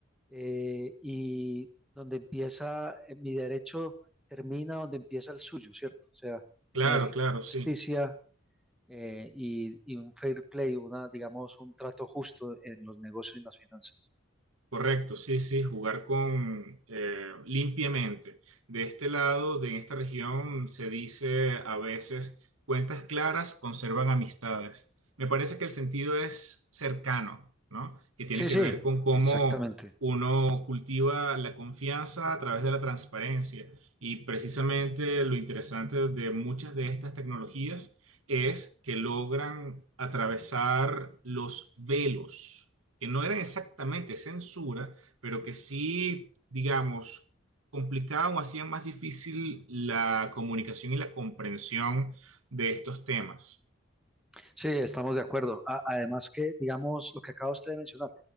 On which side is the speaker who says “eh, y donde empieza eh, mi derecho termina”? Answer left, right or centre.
Centre